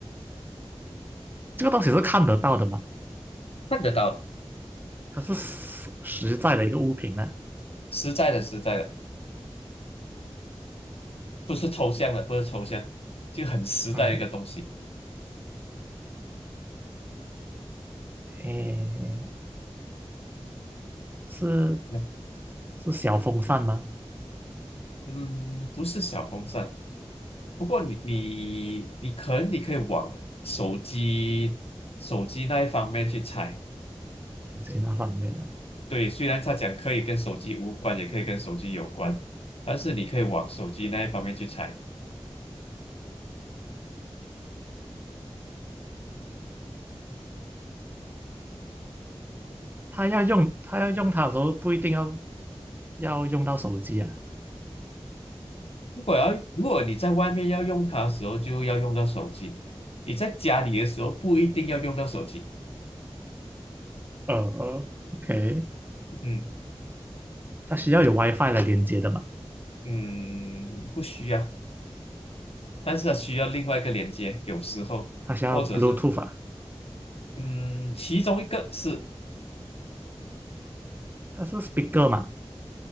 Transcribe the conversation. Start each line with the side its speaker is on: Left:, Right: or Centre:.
Right: 这个东西是看得到的嘛？
Left: 看得到的，
Right: 它是实实在的一个物品呢。
Left: 实在的实在的，不是抽象的，不是抽象，就很实在的一个东西。
Right: 嗯，诶，是
Left: 那
Right: 是小风扇吗？
Left: 嗯，不是小风扇，不过你你你可能你可以往手机手机那一方面去猜。
Right: 手机那方面的，
Left: 对，虽然他讲可以跟手机无关，也可以跟手机有关，但是你可以往手机那一方面去猜。
Right: 它要用它要用它的时候，不一定要要用到手机啊。
Left: 如果要，如果你在外面要用它的时候，就要用到手机；你在家里的时候，不一定要用到手机。
Right: 呃，OK，
Left: 嗯
Right: 它需要有 WiFi 来连接的嘛？
Left: 嗯，不需要，但是它需要另外一个连接，有时候或者是
Right: 它需要 Bluetooth 啊。
Left: 嗯，其中一个是
Right: 它是 speaker 嘛？